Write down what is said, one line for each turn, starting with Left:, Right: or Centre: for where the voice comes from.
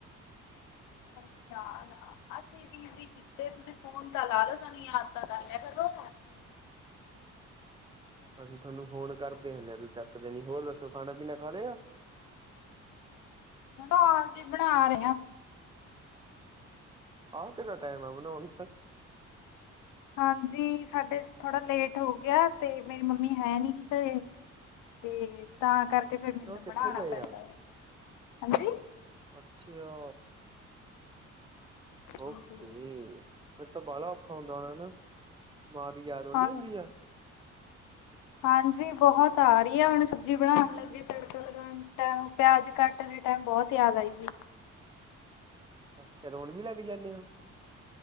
Left: ਨਹੀਂ, ਨਾ- ਨਾ, ਅਸੀਂ। ਬੀਜੀ ਕੀਤੇ, ਤੁਸੀਂ ਫੋਨ, ਤਾਂ ਲਾ, ਲੋ। ਸਾਨੂੰ ਯਾਦ ਤਾਂ ਕਰ ਲਿਆ ਕਰੋ।
Right: ਅਸੀਂ, ਤੁਹਾਨੂੰ ਫੋਨ ਕਰਦੇ ਆ। ਲੈ ਤੁਸ ਚੱਕਦੇ ਨੀ, ਹੋਰ ਦੱਸੋ ਖਾਣਾ- ਪੀਣਾ ਖਾ ਲਿਆ?
Left: ਹੋਣਾ ਆ ਜੇ, ਬਣਾ ਰਹੇ ਆ।
Right: ਆਹ ਕਿਹੜਾ, ਟਾਈਮ ਆ। ਬਣਾਉਣ ਦਾ।
Left: ਹਾਂਜੀ। ਸਾਡੇ ਥੋੜਾ ਲੇਟ ਹੋ ਗਿਆ। ਤੇ ਮੇਰੀ ਮੰਮੀ, ਹੈ ਨੀ ਗੀ। ਤੇ ਤੇ ਤਾਂ ਕਰਕੇ, ਫੇਰ ਮੈਨੂੰ,
Right: ਉਹ
Left: ਬਣਾਉਣਾ
Right: ਕਿੱਥੇ ਗਏ
Left: ਪੈਂਦਾ ਵ। ਹਾਂਜੀ।
Right: ਅੱਛੇ ਆ। ਓਕੇ।
Left: ਹਾਂਜੀ
Right: ਫੇਰ ਤਾਂ ਬਾਹਲਾ ਔਖਾ ਹੁੰਦਾ ਹੋਣਾ ਏ ਨਾ। ਮਾਰ ਦੀ ਯਾਦ, ਆਉਂਦੀ
Left: ਹਾਂਜੀ,
Right: ਹੁੰਦੀ ਆ।
Left: ਹਾਂਜੀ। ਬਹੁਤ ਆ ਰਹੀ ਆ। ਹੁਣ ਸਬਜ਼ੀ ਬਣਾਉਣ ਲੱਗੇ, ਤੜਕਾ ਲੱ- ਟੇਮ, ਪਿਆਜ ਘੱਟ ਦੇ ਟਾਈਮ, ਬਹੁਤ ਯਾਦ ਆਈ ਜੀ।
Right: ਅੱਛਾ। ਰੋਣ ਵੀ, ਲੱਗ ਜਾਂਦੇ ਹੋ?